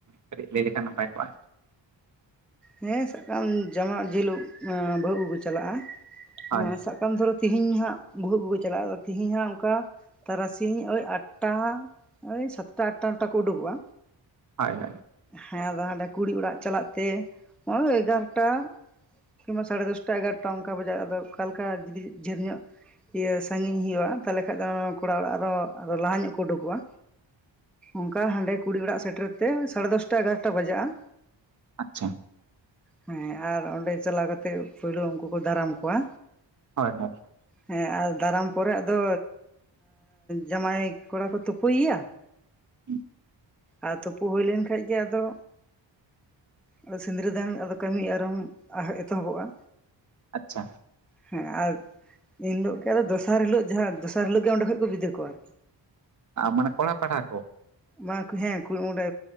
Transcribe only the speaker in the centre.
ᱦᱮᱸ ᱥᱟᱵ ᱠᱟᱜ ᱢᱮ ᱡᱟᱢᱟ ᱡᱤᱞᱳ ᱵᱟᱹᱦᱩ ᱟᱹᱜᱩ ᱠᱚ ᱪᱟᱞᱟᱜᱼᱟ
ᱥᱟᱵ ᱮᱢ ᱫᱷᱚᱨᱚ ᱛᱮᱦᱤᱧ ᱦᱟᱸᱜ ᱵᱟᱦᱩ ᱪᱟᱞᱟᱜᱼᱟ ᱛᱮᱦᱤᱧ ᱦᱟᱸᱜ ᱚᱱᱠᱟ ᱛᱟᱨᱟᱥᱤᱧ ᱳᱭ ᱟᱴᱴᱟ ᱳᱭ ᱥᱟᱛᱴᱟ ᱟᱴᱴᱟ ᱠᱚ ᱩᱰᱩᱠᱚᱜᱼᱟ᱾
ᱦᱮᱸ ᱟᱫᱚ ᱦᱟᱸᱰᱮ ᱠᱩᱲᱤ ᱚᱲᱟᱜ ᱪᱟᱞᱟᱜ ᱛᱮ ᱚᱸᱭ ᱮᱜᱟᱨᱚᱴᱟ ᱠᱤᱢᱵᱟ ᱥᱟᱲᱮ ᱫᱚᱥᱴᱟ ᱮᱜᱟᱨᱚᱴᱟ ᱚᱱᱠᱟ ᱵᱟᱡᱟᱜ ᱟᱫᱚ ᱚᱠᱟ ᱞᱮᱠᱟ ᱡᱩᱫᱤ ᱡᱷᱟᱹᱞ ᱧᱚᱜ ᱤᱭᱟᱹ ᱥᱟᱺᱜᱤᱧ ᱦᱩᱭᱩᱜᱼᱟ ᱛᱟᱞᱦᱮ ᱠᱷᱟᱡ ᱫᱚ ᱠᱚᱲᱟ ᱚᱲᱟᱜ ᱨᱮᱦᱚᱸ ᱞᱟᱦᱟ ᱧᱚᱜ ᱠᱚ ᱩᱰᱩᱠᱚᱜᱼᱟ᱾ ᱚᱱᱠᱟ ᱦᱟᱸᱰᱮ ᱠᱩᱲᱤ ᱚᱲᱟᱜ ᱥᱮᱴᱮᱨ ᱛᱮ ᱥᱟᱲᱮ ᱫᱚᱥᱴᱟ ᱮᱜᱟᱨᱚᱴᱟ ᱵᱟᱡᱟᱜᱼᱟ᱾
ᱦᱮᱸ ᱟᱨ ᱚᱸᱰᱮ ᱪᱟᱞᱟᱣ ᱠᱟᱛᱮᱫ ᱯᱳᱭᱞᱩ ᱩᱱᱠᱩ ᱠᱚ ᱫᱟᱨᱟᱢ ᱠᱚᱣᱟ᱾
ᱦᱮᱸ ᱟᱨ ᱫᱟᱨᱟᱢ ᱯᱚᱨᱮ ᱟᱫᱚ ᱡᱟᱢᱟᱭ ᱠᱚᱲᱟ ᱠᱚ ᱛᱩᱯᱩᱭᱮᱭᱟ
ᱟᱨ ᱛᱩᱯᱩ ᱦᱩᱭ ᱞᱮᱱ ᱠᱷᱟᱱ ᱜᱮ ᱟᱫᱚ ᱟᱫᱚ ᱥᱤᱸᱫᱽᱨᱟᱹ ᱫᱟᱱ ᱟᱫᱚ ᱠᱟᱹᱢᱤ ᱟᱨᱚᱢ ᱮᱛᱚᱦᱚᱵᱚᱜᱼᱟ᱾
ᱦᱮᱸ ᱟᱨ ᱮᱱ ᱦᱤᱞᱳᱜ ᱜᱮ ᱟᱫᱚ ᱫᱚᱥᱟᱨ ᱦᱤᱞᱳᱜ ᱡᱟᱦᱟᱸ ᱫᱚᱥᱟᱨ ᱦᱤᱞᱳᱜ ᱜᱮ ᱚᱸᱰᱮ ᱠᱷᱚᱡ ᱠᱚ ᱵᱤᱫᱟᱹᱭ ᱠᱚᱣᱟ
ᱢᱟ ᱦᱮᱸ ᱚᱸᱰᱮ